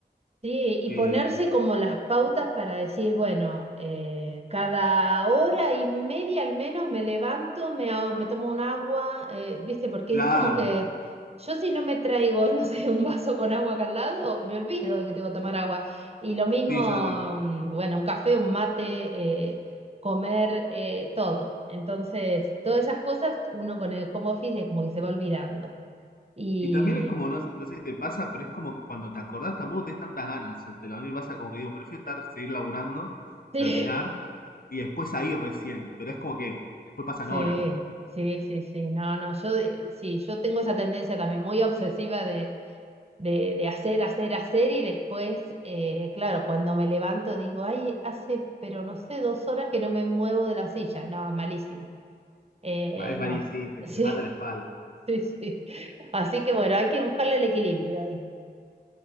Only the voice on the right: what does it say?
Sí, y
ponerse como las pautas para decir, bueno, eh, cada hora y media al menos me levanto, me, hago- me tomo un agua, eh, ¿viste? Porque
es como que yo si no me traigo, <laughs> no sé, un vaso con agua acá al lado, me olvido de que tengo que tomar agua. Y lo mismo,
mm, bueno, un café, un mate, eh, comer, eh, todo. Entonces, todas esas cosas uno con el home office es como que se va olvidando. Y
<laughs> sí.
Sí,
sí, sí, sí. No, no, yo de- sí, yo tengo esa tendencia también muy obsesiva de, de, de hacer, hacer, hacer y después, eh, claro, cuando me levanto digo, ay, hace, pero no sé, dos horas que no me muevo de la silla. No, es malísimo. Eh,
no,
sí,
<laughs> sí, sí. Así que bueno, hay que buscarle el equilibrio ahí.